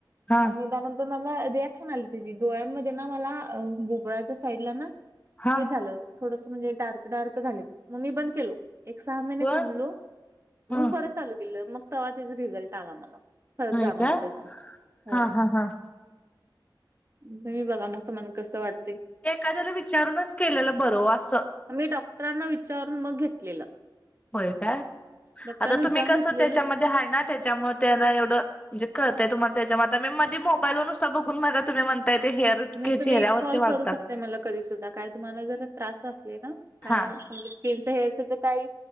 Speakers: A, on the left; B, on the right.
A: हा
B: आणि त्यांनंतर तरं मलां रिॲक्शन आली त्यांची डोळ्यांमध्ये नां मलां भुगळांच्या साईडला नां
A: हा
B: हे झालं थोडंसं म्हणजे डार्क डार्क झाले मंग मी बंद केलो एक सहा महिने
A: व
B: थांबलो मंग
A: ह
B: परंत चालूं गेलं मंग तेंव्हां त्यांचा रिझल्ट आंला मलां फरक
A: होय
B: जाणंवला
A: का
B: त्यांचा होयं
A: हा हा हा
B: तुम्हीं बघं मंग तुम्हांला कसं वाटतं
A: ते एखाद्यांला विचारूंनच केलेलं बरं असं
B: मी डॉक्टरांना विचारूंन मंग घेतलेलं
A: होय काय,
B: डॉक्टरांना
A: आता
B: विचारून
A: तुम्ही कसं
B: घेतलेलं
A: त्याच्यामध्ये आहे ना त्याच्यामध्ये त्याना एवढं म्हणजे कळंय, तुम्हाला त्याच्या म आ मी मोबाईलवर नुसत बघून बगा तुम्ही म्हण काय ते हेअर
B: नाही
A: ते चेहऱ्यावरचे
B: तुम्ही कॉल
A: वाढतात
B: करू शकताय मला, कधी सुद्धा काय तुम्हाला जर त्रास असले ना काय
A: हा
B: म्हणजे हेल्थ हेयर तर काही